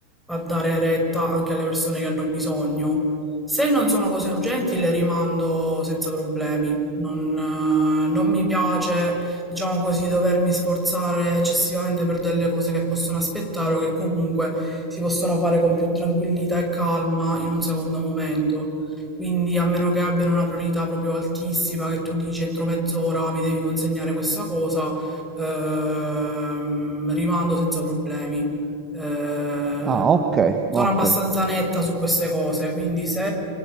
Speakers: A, in the centre; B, on the right (about 20°).
A: a dare retta anche alle persone che hanno bisogno. Se non sono cose urgenti le rimando senza problemi. Non, eh, non mi piace, diciamo così, dovermi sforzare eccessivamente per delle cose che possono aspettare o che comunque si possono fare con più tranquillità e calma in un secondo momento. Quindi, a meno che abbiano una priorità proprio altissima, che tu dici entro mezz'ora mi devi consegnare questa cosa, ehm, rimando senza problemi. Ehm,
B: Ah, ok,
A: sono
B: ok.
A: abbastanza netta su queste cose, quindi se